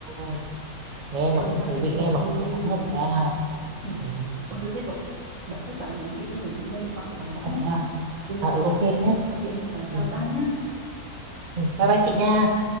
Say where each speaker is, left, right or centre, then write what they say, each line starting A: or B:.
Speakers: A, on the right (about 85°); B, on the right (about 55°).
A: ơi, nghe
B: em
A: mà cũng
B: ơi sang
A: thú
B: đây
A: vị,
B: cho
A: nghe
B: vui.
A: mà cũng không hớp được ra.
B: Ừ.
A: Ừ.
B: Ôi tôi chết rồi. Bà sếp bà nhắn chị thôi để chị nghe điện thoại của bà ấy đã
A: à,
B: nhé.
A: Thế à?
B: Ừ,
A: à ừ ok nhé
B: sau chị em mình bàn sau
A: ừ,
B: ba nhá.
A: ừ, bye bye chị nha